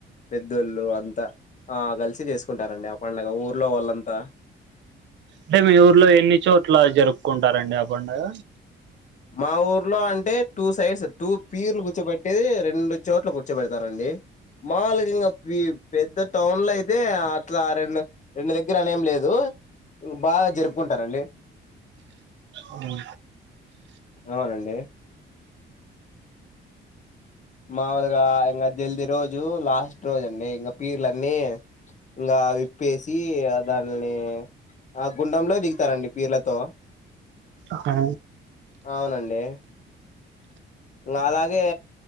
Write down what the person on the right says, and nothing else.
అంటే మీ ఊర్లో ఎన్ని చోట్ల జరుపుకుంటారండి ఆ పండగ.
ఉహు
ఆ